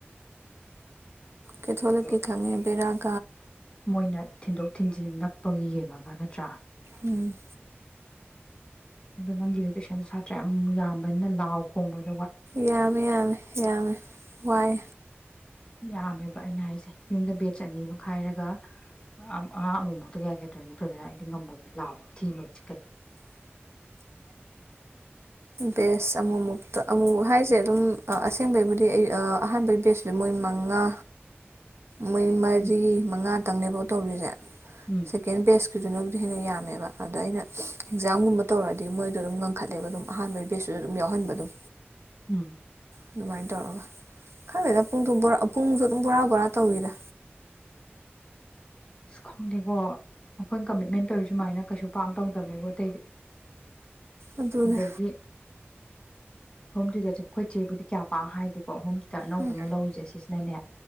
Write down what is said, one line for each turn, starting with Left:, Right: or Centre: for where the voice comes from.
Right: ꯀꯦꯊꯣꯛꯣꯂꯤꯛꯀꯤ
Left: ꯑꯗꯣ
Right: ꯈꯪꯉꯦ ꯕꯦꯔꯥꯅꯦ
Left: ꯃꯣꯏꯅ ꯊꯤꯟꯗꯣꯛ ꯊꯤꯟꯖꯤꯟ ꯅꯛꯄꯒꯤ ꯌꯦꯡꯉꯒ ꯅꯠꯇ꯭ꯔꯥ
Right: ꯎꯝ
Left: ꯑꯗꯣ ꯅꯪꯒꯤꯗ ꯇꯨꯏꯁꯟ ꯁꯥꯇ꯭ꯔ ꯌꯥꯝ ꯌꯥꯝꯕꯅꯤꯅ ꯂꯥꯎ ꯈꯣꯡꯕꯒꯤ
Right: ꯌꯥꯝꯃꯤ ꯌꯥꯝꯃꯤ ꯌꯥꯝꯃꯤ ꯋꯥꯏ
Left: ꯌꯥꯝꯃꯦꯕ ꯑꯩꯅ ꯍꯥꯏꯁꯦ ꯌꯨꯝꯗ ꯕꯦꯠꯆ ꯑꯅꯤ ꯑꯃ ꯈꯥꯏꯔꯒ ꯑꯉꯥꯡ ꯑꯃꯃꯨꯛꯇ ꯀꯌꯥ ꯀꯌꯥ ꯇꯧꯏꯅꯣ ꯄ꯭ꯔꯦꯃꯤꯂꯥ ꯑꯩꯗꯤ ꯉꯝꯃꯣꯏꯕ ꯂꯥꯎꯕ ꯊꯤ ꯃꯣꯏ ꯆꯤꯠꯀꯅꯤ
Right: ꯕꯦꯁ ꯑꯃꯨꯃꯨꯛꯇ ꯑꯃꯨꯃꯨꯛ ꯍꯥꯏꯁꯦ ꯑꯗꯨꯝ ꯑꯁꯦꯡꯕꯩꯕꯨꯗꯤ ꯑꯍꯥꯟꯕꯒꯤ ꯕꯦꯁꯇꯨꯗꯤ ꯃꯣꯏ ꯃꯉꯥ ꯃꯣꯏ ꯃꯔꯤ
Left: ꯎꯝ
Right: ꯃꯉꯥ ꯇꯪꯅꯦꯕꯣ ꯇꯧꯔꯤꯁꯦ
Left: ꯎꯝ
Right: ꯁꯦꯀꯦꯟ ꯕꯦꯖ ꯑꯗꯨꯨꯗꯨꯅꯕꯨꯗꯤ ꯍꯦꯟꯅ ꯌꯥꯝꯃꯦꯕ ꯑꯗ ꯑꯩꯅ ꯑꯦꯛꯖꯥꯝꯒꯨꯝꯕ ꯇꯧꯔꯗꯤ ꯃꯣꯏꯗꯣ ꯑꯗꯨꯝ ꯉꯟꯈꯠꯂꯦꯕ ꯑꯗꯨꯝ ꯑꯍꯥꯟꯕꯒꯤ ꯕꯦꯁꯇꯨꯗ ꯑꯗꯨꯝ ꯌꯥꯎꯍꯟꯕ ꯑꯗꯨꯝ
Left: ꯎꯝ
Right: ꯑꯗꯨꯃꯥꯏꯅ ꯇꯧꯔꯒ ꯈꯪꯗꯦꯗ ꯄꯨꯡ ꯄꯨꯡꯁꯨ ꯑꯗꯨꯝ ꯕꯣꯔꯥ ꯕꯣꯔꯥ ꯇꯧꯋꯤꯗ
Left: ꯑꯁ ꯈꯪꯗꯦꯀꯣ ꯑꯩꯈꯣꯏꯅ ꯀꯃꯤꯠꯃꯦꯟ ꯇꯧꯔꯤ ꯁꯨꯃꯥꯏꯅ ꯀꯩꯁꯨ ꯄꯥꯛ ꯇꯧꯗꯕꯅꯦꯕ ꯑꯇꯩꯗꯤ
Right: ꯑꯗꯨꯅꯦ
Left: ꯗꯒꯤ ꯍꯣꯝ ꯇꯩꯏꯇꯔ ꯆꯠ ꯑꯩꯈꯣꯏ ꯆꯦꯕꯨꯗꯤ ꯀꯌꯥ ꯄꯥꯛ ꯍꯥꯏꯗꯦꯀꯣ ꯍꯣꯝ ꯁꯤꯗ ꯑꯅꯧꯕ
Right: ꯎꯝ
Left: ꯑꯃ ꯂꯧꯔꯤꯁꯦ ꯁꯤꯁꯤꯅꯅꯦ